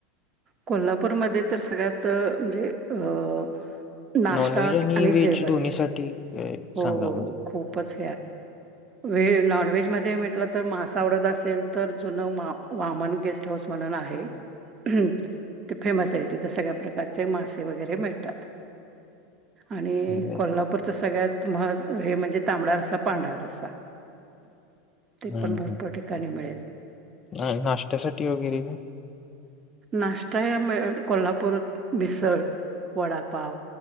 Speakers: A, on the right; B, on the left.
A: कोल्हापूरमध्ये तर सगळ्यात म्हणजे अ नाश्ता
B: नॉनव्हेज
A: आणि
B: व्हेज
A: जेवण
B: दोन्हीसाठी अ,
A: हो
B: सांगा
A: हो
B: म्हणजे.
A: खूपच व नॉनव्हेज मध्ये म्हटलं तर मास आवडत असेल तर जुन मा मन गेस्ट हाऊस म्हणण आहे हम ते फेमस आहे तिथं सगळ्या प्रकारचे मासे वगैरे मिळतात आणि
B: बरं.
A: कोल्हापूरचं सगळ्यात म हे म्हणजे तांबडा रस्सा पांढरा रस्सा ते
B: हं,
A: पण भरपूर
B: हं.
A: ठिकाणी मिळेल
B: अ, नाश्त्यासाठी वगैरे काय?
A: नष्टा कोल्हापूरात भीसळ वडापाव